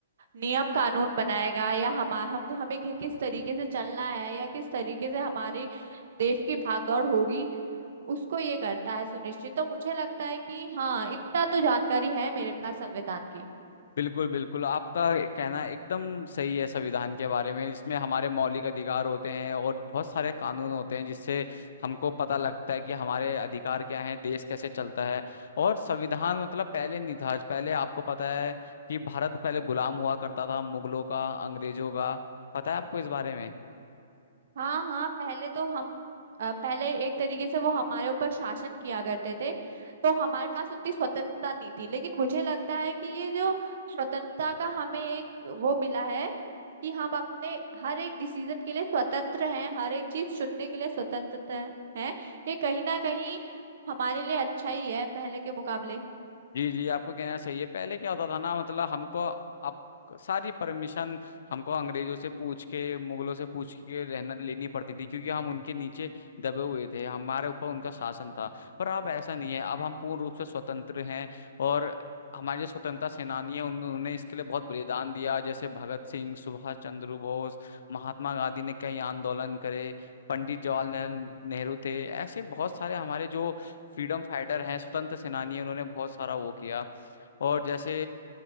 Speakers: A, on the right; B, on the left.
A: नियम कानून बनाएगा या हम हम हमें कि- किस तरीके से चलना है या किस तरीके से हमारे देश की भागदौड़ होगी उसको ये करता है सुनिश्चित तो मुझे लगता है कि हाँ इतना तो जानकारी है मेरे पास संविधान की
B: बिल्कुल बिल्कुल आपका कहना एकदम सही है संविधान के बारे में इसमें हमारे मौलिक अधिकार होते हैं और बहुत सारे कानून होते हैं जिससे हमको पता लगता है कि हमारे अधिकार क्या हैं देश कैसे चलता है और संविधान मतलब पहले नहीं था पहले आपको पता है कि भारत पहले गुलाम हुआ करता था मुगलों का अंग्रेजों का पता है आपको इस बारे में
A: हाँ हाँ पहले तो हम अ, पहले एक तरीके से वो हमारे ऊपर शासन किया करते थे तो हमारे पास उतनी स्वतंत्रता नहीं थी लेकिन मुझे लगता है कि ये जो स्वतंत्रता का हमें एक वो मिला है कि हम अपने हर एक डिसीजन के लिए स्वतंत्र हैं हर एक चीज चुनने के लिए स्वतंत्रता है ये कहीं ना कहीं हमारे लिए अच्छा ही है पहले के मुकाबले
B: जी जी आपको कहना सही है पहले क्या होता था ना मतलब हमको अब सारी परमिशन हमको अंग्रेजों से पूछ के मुगलों से पूछ के रहना लेनी पड़ती थी क्योंकि हम उनके नीचे दबे हुए थे हमारे ऊपर उनका शासन था पर अब ऐसा नहीं है अब हम पूर्ण रूप से स्वतंत्र हैं और हमारे जो स्वतंत्रता सेनानी हैं उन- उन्होंने इसके लिए बहुत बलिदान दिया जैसे भगत सिंह सुभाष चंद्र बोस महात्मा गांधी ने कई आंदोलन करे पंडित जवाहरलाल नेहरू थे ऐसे बहुत सारे हमारे जो फ्रीडम फाइटर हैं स्वतंत्र सेनानी हैं उन्होंने बहुत सारा वो किया और जैसे